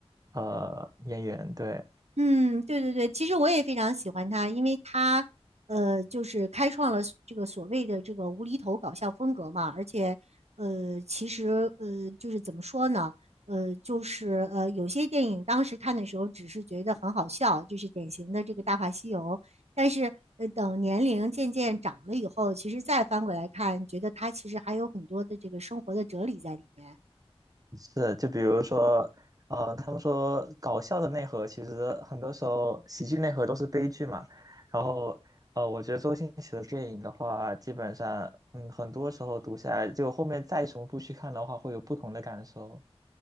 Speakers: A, on the right; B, on the right.
A: 呃演员，对。
B: 嗯，对对对，其实我也非常喜欢他，因为他，呃，就是开创了所这个所谓的这个无厘头搞笑风格嘛，而且，呃，其实，呃，就是怎么说呢，呃，就是呃，有些电影当时看的时候只是觉得很好笑，就是典型的这个《大话西游》，但是，呃，等年龄渐渐长了以后，其实再翻过来看，觉得他其实还有很多的这个生活的哲理在里面。
A: 是，就比如说，呃，他们说搞笑的内核，其实很多时候喜剧内核都是悲剧嘛。然后，呃，我觉得周星驰的电影的话，基本上，嗯，很多时候读下来，就后面再重复去看的话，会有不同的感受。